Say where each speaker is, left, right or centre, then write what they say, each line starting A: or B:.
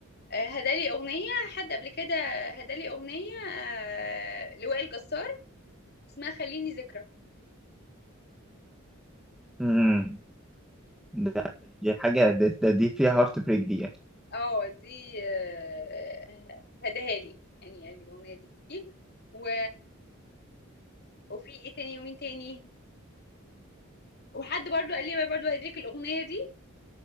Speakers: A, on the left (about 50°); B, in the centre.
A: آه، هدالي اغنيه حد قبل كده هدالي اغنيه آه، لوائل جسار اسمها خليني ذكرى
B: امم ده دي حاجه ده ده- دي فيها هارت بريك دي
A: اه دي آه، هداها لي يعني قال لي الاغنيه دي ليكي و وفي ايه تاني ومين تاني وحد برضو قال لي برضو هديلك الاغنيه دي